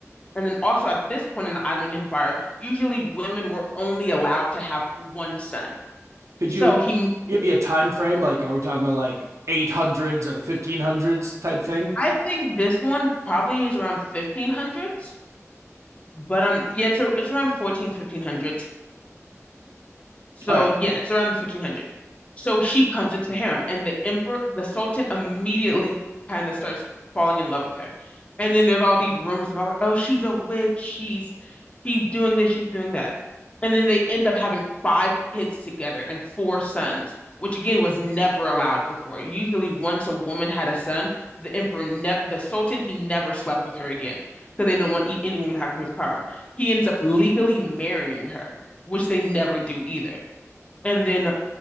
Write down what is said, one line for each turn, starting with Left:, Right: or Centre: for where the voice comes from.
Left: And then also at this point in the Ottoman Empire, usually women were only allowed to have one son.
Right: Could
Left: So
Right: you
Left: he,
Right: give me a time frame? Like, are we talking about like 800s or the 1500s type thing?
Left: I think this one probably is around 1500s, but um, yeah, it's a, it's around fourteen fifteen hundreds. So
Right: All right.
Left: yeah, it's around the 1500. So she comes into the harem, and the emperor, the sultan, immediately kind of starts falling in love with her. And then there's all these rumors about, oh, she's a witch, she's she's doing this, she's doing that. And then they end up having five kids together and four sons, which again was never allowed before. Usually, once a woman had a son, the emperor, ne the sultan, he never slept with her again because they didn't want e- any woman to have too much power. He ends up legally marrying her, which they never do either. And then